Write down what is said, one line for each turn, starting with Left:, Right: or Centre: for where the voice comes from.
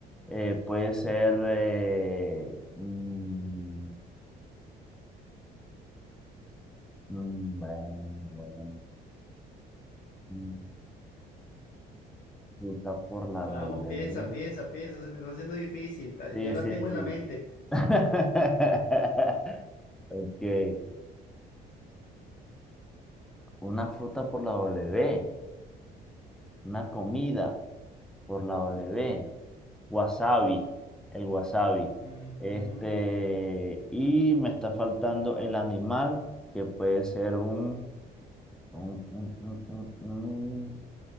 Centre: Eh, puede ser... eh, mm, mm, bueno, bueno, mm, Utah por la
Left: Vamos,
Centre: W.
Left: piensa, piensa, piensa, se te está haciendo difícil. ta-
Centre: Sí,
Left: Yo la
Centre: sí,
Left: tengo
Centre: sí.
Left: en la mente.
Centre: <laughs> Ok. eh, una fruta por la W. Una comida por la W. Wasabi, el wasabi.
Left: Ujú.
Centre: Este, y me está faltando el animal, que puede ser un, un, un- un- un- un-